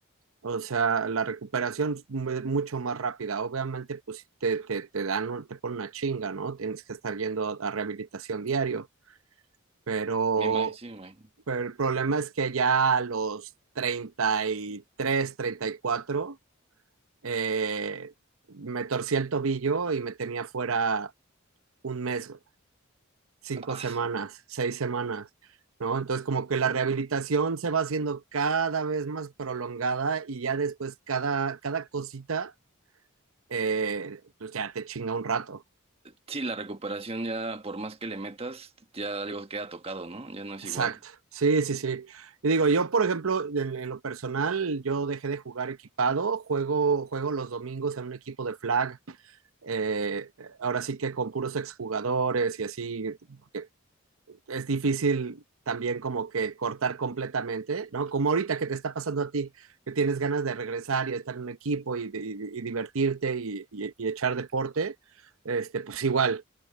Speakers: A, on the right (about 75°); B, on the right (about 25°).
A: O sea, la recuperación es mu- mucho más rápida. Obviamente, pues sí te, te, te dan, un- te ponen una chinga, ¿no? Tienes que estar yendo a rehabilitación diario. Pero,
B: me imagino, sí, me imagino.
A: pero el problema es que ya a los 33, 34, eh, me torcí el tobillo y me tenía fuera un mes, güey, cinco
B: Ah,
A: semanas, seis semanas, ¿no? Entonces, como que la rehabilitación se va haciendo cada vez más prolongada y ya después cada, cada cosita eh, pues ya te chinga un rato.
B: sí, la recuperación ya, por más que le metas, ya algo queda tocado, ¿no? Ya no es
A: Exacto.
B: igual.
A: Sí, sí, sí. Y digo, yo, por ejemplo, en, en lo personal, yo dejé de jugar equipado, juego, juego los domingos en un equipo de flag, eh, ahora sí que con puros exjugadores y así, porque es difícil también como que cortar completamente, ¿no? Como ahorita que te está pasando a ti, que tienes ganas de regresar y estar en un equipo y, y- y divertirte y, y- y echar deporte, este, pues igual,